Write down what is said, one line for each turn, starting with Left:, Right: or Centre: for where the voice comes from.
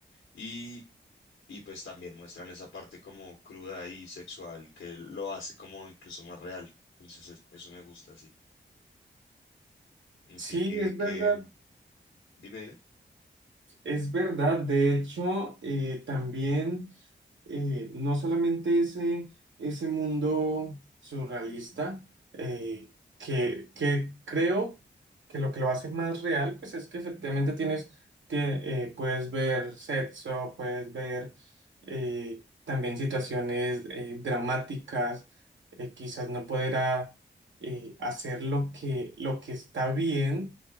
Left: Y, y pues también muestran esa parte como cruda y sexual, que lo hace como incluso más real. Entonces, es- eso me gusta, sí. Y
Right: Sí,
Left: que,
Right: es
Left: que,
Right: verdad.
Left: dime, dime.
Right: Es verdad, de hecho, eh, también eh, no solamente ese, ese mundo surrealista, eh, que, que creo que lo que lo hace más real, pues es que efectivamente tienes, tie- eh, puedes ver sexo, puedes ver eh, también situaciones eh, dramáticas, eh, quizás no poder a- eh, hacer lo que, lo que está bien,